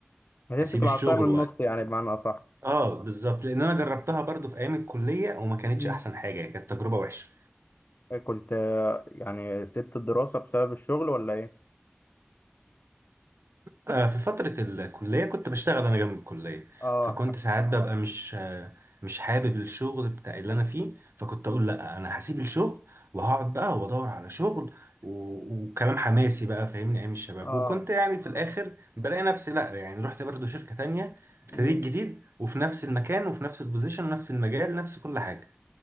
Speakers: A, on the left; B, on the right.
A: هتمسك
B: اسيب
A: العصاية
B: الشغل
A: من النص يعني بمعنى أصح
B: اه بالظبط لان انا جربتها برضو في ايام الكليه وما كانتش
A: امم
B: احسن حاجه كانت تجربه وحشه
A: كنت آه، يعني سبت الدراسة بسبب الشغل ولا إيه؟
B: آه في فتره الكليه كنت بشتغل انا جنب الكليه
A: اه
B: فكنت ساعات ببقى مش آه مش حابب الشغل بتاع اللي انا فيه فكنت اقول لا انا هسيب الشغل وهقعد بقى وادور على شغل و- وكلام حماسي بقى فاهمني ايام الشباب
A: اه
B: وكنت يعني في الاخر بلاقي نفسي لا يعني رحت برضو شركه تانية ابتديت
A: امم
B: جديد وفي نفس المكان وفي نفس البوزيشن ونفس المجال نفس كل حاجه